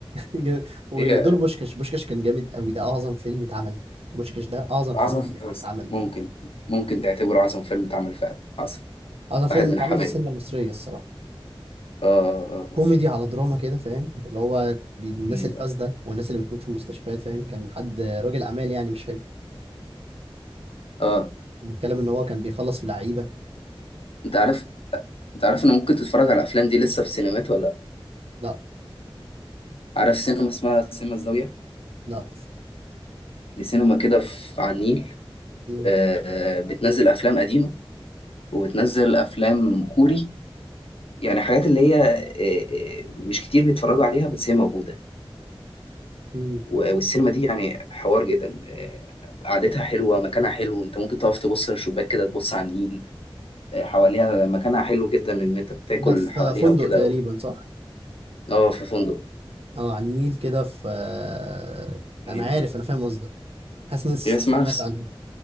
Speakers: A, on the right (about 85°); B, on the left (about 75°).
A: جامد. ودور
B: هي
A: بوشكاش بوشكاش كان جامد أوي ده أعظم فيلم اتعمل بوشكاش ده أعظم فيلم
B: عظم
A: بجد اتعمل
B: ممكن ممكن تعتبره عظم فيلم اتعمل فعلا حصل
A: أعظم فيلم
B: واحد من
A: اتعمل
B: الحبايب
A: في السينما المصرية الصراحة
B: اه
A: كوميدي
B: اه
A: على دراما كده فاهم اللي هو بي- الناس
B: اه
A: الفاسدة والناس اللي بتموت في المستشفيات فاهم كان حد راجل أعمال يعني مش
B: آه.
A: بيتكلم ان هو كان بيخلص في لعيبه
B: انت عارف انت عارف ان ممكن تتفرج على الافلام دي لسه في سينمات ولا لأ؟
A: لا
B: عارف سينما اسمها سينما الزاويه
A: لا
B: دي سينما كده في على النيل
A: مم.
B: آه آه، بتنزل افلام قديمه وبتنزل افلام كوري يعني حاجات اللي هي آه، آه، مش كتير بيتفرجوا عليها بس هي موجوده
A: مم.
B: و- والسينما دي يعني حوار جدا آه، قعدتها حلوه مكانها حلو انت ممكن تقف تبص من الشباك كده تبص على النيل آه، حواليها مكانها حلو جدا ان انت بتاكل
A: ده في
B: حواليها
A: فندق
B: وكده
A: تقريبا صح
B: اه في فندق
A: اه على النيل كده في آه،
B: ايوه
A: انا عارف انا فاهم قصدك حاسس اني
B: هي اسمها
A: سمعت
B: في
A: عنها